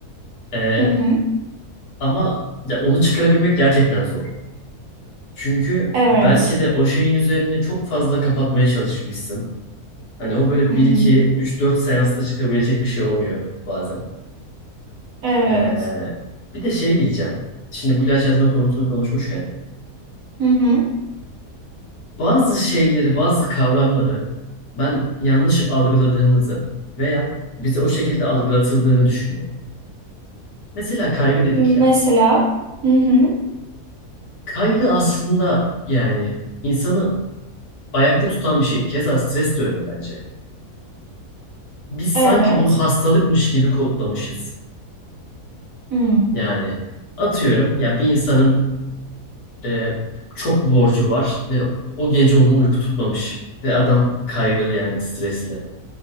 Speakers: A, on the left (about 70°); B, on the right (about 65°).
A: E,
B: Hı hı.
A: ama ya onu çıkarabilmek gerçekten zor. Çünkü
B: Evet.
A: belki de o şeyin üzerine çok fazla kapatmaya çalışmışsın. Hani o böyle
B: Hı hı.
A: bir iki üç dört seansta çıkabilecek bir şey olmuyor bazen.
B: Evet.
A: Ee, bir de şey diyeceğim. Şimdi bu ilaç yazma konusunu konuşmuşken
B: Hı hı.
A: bazı şeyleri, bazı kavramları ben yanlış algıladığımızı veya bize o şekilde algılatıldığını düşünüyorum. Mesela kaygı dedik
B: Mesela.
A: ya.
B: Hı hı.
A: Kaygı aslında yani insanı ayakta tutan bir şey. Keza stres de öyle bence. Biz
B: Evet.
A: sanki bunu hastalıkmış gibi kodlamışız.
B: Hı.
A: Yani atıyorum ya bir insanın e, çok borcu var ve o gece onu uyku tutmamış. Ve adam kaygılı yani stresli.